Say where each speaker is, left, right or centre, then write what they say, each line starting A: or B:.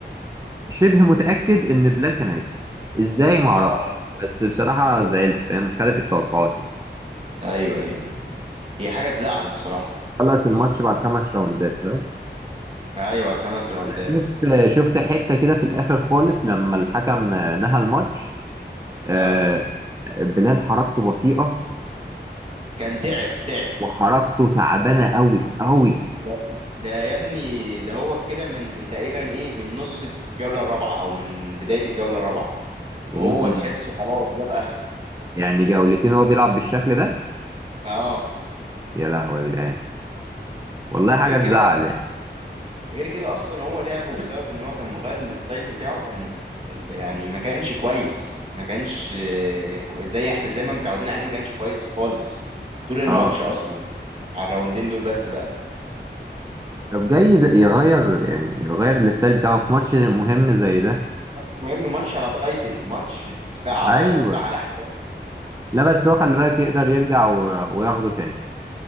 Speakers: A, on the right (about 20°); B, on the right (about 35°).
A: شبه متأكد إن بلال كان هيكسب إزاي ما أعرفش
B: اه
A: بس بصراحة
B: ايوه
A: زعلت فاهم خالفت توقعاتي
B: ايوه ايوه أيوة. هي حاجه تزعل الصراحه
A: خلص الماتش بعد خمس راوندات ها
B: ايوه الخمس راوندات
A: أنا شفت آه، شفت حتة كده في الآخر خالص لما الحكم آه، نهى الماتش آه،
B: اه
A: بلال حركته بطيئة
B: كان تعب تعب
A: وحركته تعبانة أوي أوي
B: ده ده يا ابني ده هو كده من من تقريبا ايه من نص الجولة الرابعة او من بداية الجولة الرابعة
A: يا
B: وهو
A: دين أمي
B: تحسه خلاص جاب اخره
A: يعني جولتين هو بيلعب بالشكل ده
B: اه
A: يا لهوي يا جدعان والله حاجه
B: غير كده
A: تزعل
B: اصلا
A: يعني
B: غير كده اصلا هو لعبه بسبب ان هو كان مغير الستايل بتاعه كان يعني ما كانش كويس ما كانش آه، زي احنا زي ما متعودين عليه ما كانش كويس خالص طول الماتش
A: اه
B: اصلا على الراوندين دول بس بقى
A: طب جاي ده يغير يعني يغير الستايل بتاعه في ماتش مهم زي ده
B: المهم ماتش على تايتل ماتش دفاع على
A: ايوه
B: دفاع على احداث
A: لا بس هو خلي بالك يقدر يرجع و... وياخده تاني